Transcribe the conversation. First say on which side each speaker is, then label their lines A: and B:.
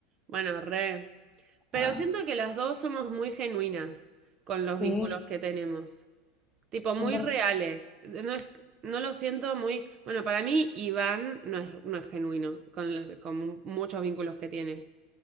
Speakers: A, on the right; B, in the centre.
A: Bueno, re. Pero
B: ah,
A: siento que las dos somos muy genuinas con los
B: sí,
A: vínculos que tenemos. Tipo, muy
B: 100%.
A: reales. No es, no lo siento muy. Bueno, para mí, Iván no es, no es genuino con, con muchos vínculos que tiene.